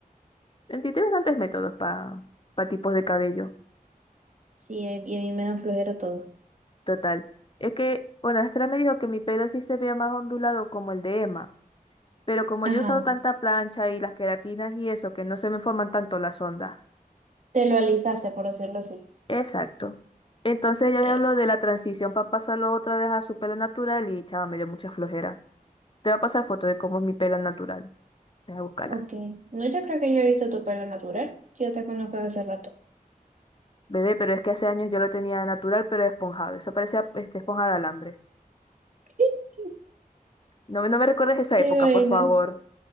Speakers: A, on the left; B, on the right.
A: En ti Tiene bastantes métodos para tipos de cabello.
B: Sí, eh, y a mí me dan flojera todo.
A: Total. Es que, bueno, Sara me dijo que mi pelo sí se vea más ondulado como el de Emma. Pero como
B: Ajá.
A: yo he usado tanta plancha y las queratinas y eso, que no se me forman tanto las ondas.
B: Te lo alisaste, por decirlo así.
A: Exacto. Entonces ella me
B: Eh,
A: habló de la transición para pasarlo otra vez a su pelo natural y chava, me dio mucha flojera. Te voy a pasar foto de cómo es mi pelo natural. Voy a buscarla.
B: ok. No, yo creo que yo he visto tu pelo natural. Yo te conozco desde hace rato.
A: Bebé, pero es que hace años yo lo tenía natural, pero esponjado. Eso parecía este, esponja de alambre.
B: <laughs>
A: No, me- no me recuerdes esa época,
B: Ay, bueno.
A: por favor.